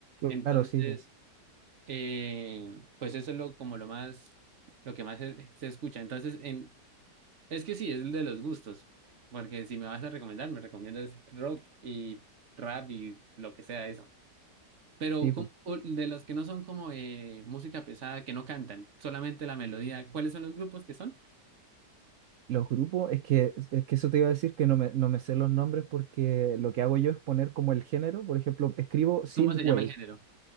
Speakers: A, on the right; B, on the right.
A: Entonces,
B: Claro, sí, pues,
A: eh, pues eso es lo, como lo más, lo que más se, se escucha. Entonces, en, es que sí, es el de los gustos. Porque si me vas a recomendar, me recomiendas rock y rap y lo que sea eso. Pero
B: sí,
A: ¿cómo-
B: pues.
A: o de los que no son como eh, música pesada, que no cantan, solamente la melodía, ¿cuáles son los grupos que son?
B: Los grupos, es que, es que eso te iba a decir que no me, no me sé los nombres porque lo que hago yo es poner como el género, por ejemplo, escribo synthwave,
A: ¿Cómo se llama el género?